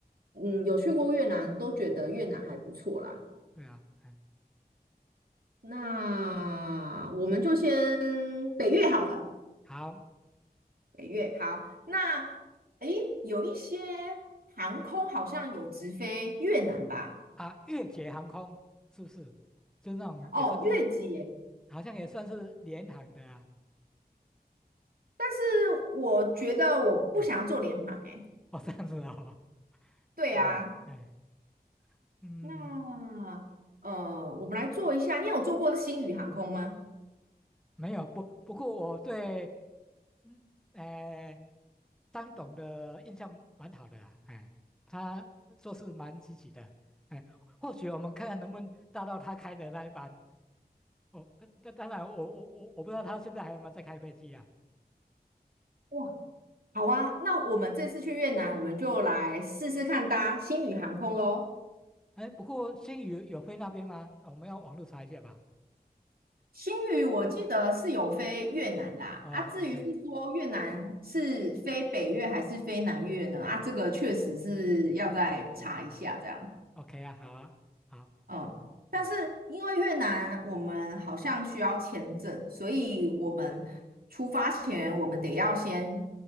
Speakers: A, on the right (about 65°); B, in the centre.
A: 嗯有去过越南，都觉得越南还不错啦。
B: 对啊，哎，
A: 那我们就先北越好了，
B: 好
A: 北越好。那诶，有一些航空好像有直飞越南吧？
B: 啊，越捷航空是不是？就那种也算是，
A: 哦，越捷。
B: 好像也算是联航的啊，
A: 但是我觉得我不想要做联航诶。
B: 哎，哦，这样子啊哦，
A: 对啊，
B: 啊，哎，嗯，
A: 那呃，我们来做一下。你有做过星宇航空吗？
B: 没有不不过我对嗯呃张董的印象蛮好的啦，哎，他做事蛮积极的，哎，或许我们看看能不能搭到他开的那一班。哦，那那当然我，我我我不知道他现在还有没有在开飞机啊？
A: 哇，好啊，那我们这次去越南，我们就来试试看搭星宇航空喽。
B: 哎，不过新宇有飞那边吗？哦我们要网络查一下吧。
A: 新宇我记得是有飞越南啦，
B: 哦，OK，
A: 啊，至于是说越南是飞北越还是飞南越呢？啊，这个确实是要再查一下这样，
B: 嗯，OK 啊，好啊，好，
A: 嗯，但是因为越南我们好像需要签证，
B: 嗯。
A: 所以我们出发前我们得要先